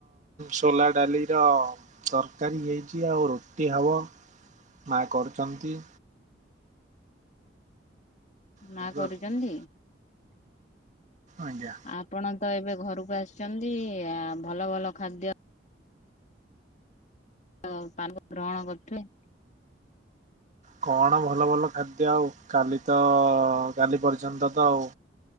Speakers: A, on the right; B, on the left.
A: ସୋଲା ଡାଲି ର ତରକାରୀ ହେଇଛି ଆଉ ରୁଟି ହବ ମା କରୁଛନ୍ତି।
B: ମା
A: ବୁଝିପାରୁଛନ୍ତି
B: କରୁଛନ୍ତି
A: ଆଜ୍ଞା।
B: ଆ ଆପଣ ତ ଏବେ ଘରକୁ ଆସିଛନ୍ତି ଆ ଭଲ ଭଲ ଖାଦ୍ୟ ଦ ପାନ ଗ୍ରହଣ କରୁଥିବେ।
A: କଣ ଭଲ ଭଲ ଖାଦ୍ୟ ଆଉ କାଲି ତ କାଲି ପର୍ଯ୍ୟନ୍ତ ତ ଆଉ